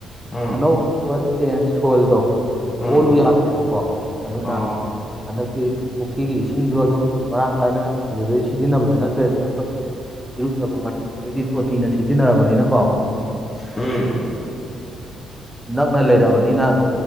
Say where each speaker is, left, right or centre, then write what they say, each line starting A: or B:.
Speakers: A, on the left; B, in the centre.
A: ꯎꯝ
B: ꯑꯅꯧ꯫ ꯆꯦꯟꯖ ꯁꯣꯏꯜꯗꯣ
A: ꯎꯝ
B: ꯑꯣꯜꯂꯨ ꯌꯥꯗꯦꯕꯀꯣ ꯑꯗꯨꯅ꯫
A: ꯑꯣ
B: ꯍꯟꯗꯛꯇꯤ ꯄꯨꯈ꯭ꯔꯤꯒꯤ ꯏꯁꯤꯡꯁꯨ ꯑꯗꯨꯝ ꯃꯔꯥꯡ ꯀꯥꯏꯅ ꯑꯗꯨꯗꯩ ꯁꯤꯖꯤꯟꯅꯕꯁ ꯅꯠꯇ꯭ꯔꯦꯗ ꯑꯩꯈꯣꯏ ꯏꯔꯨꯖꯕ ꯃꯥꯏꯊꯕꯩꯗꯤ ꯇꯣꯇꯤꯅ ꯁꯤꯖꯤꯟꯅꯔꯕꯅꯤꯅꯀꯣ꯫
A: ꯎꯝ
B: ꯅꯛꯅ ꯂꯩꯔꯕꯅꯤꯅ꯫